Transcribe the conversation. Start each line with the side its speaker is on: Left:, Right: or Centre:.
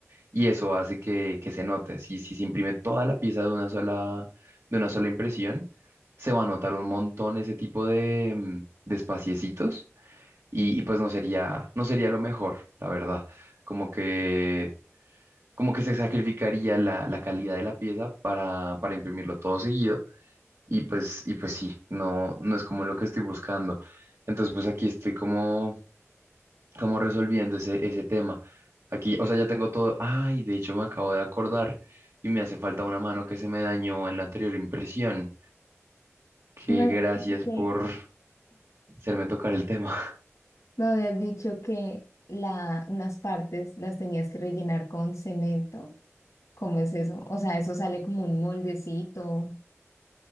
Right: y eso hace que, que se note. Si, si se imprime toda la pieza de una sola, de una sola impresión, se va a notar un montón ese tipo de, mm, de espaciecitos y, y pues no sería, no sería lo mejor, la verdad. Como que, como que se sacrificaría la, la calidad de la pieza para, para imprimirlo todo seguido y pues, y pues sí, no, no es como lo que estoy buscando. Entonces pues aquí estoy como como resolviendo ese, ese tema. Aquí, o sea, ya tengo todo. Ay, de hecho me acabo de acordar y me hace falta una mano que se me dañó en la anterior impresión. Que
Left: Me habías
Right: gracias
Left: dicho que
Right: por hacerme tocar el tema.
Left: Me habías dicho que la, unas partes las tenías que rellenar con cemento. ¿Cómo es eso? O sea, eso sale como un moldecito.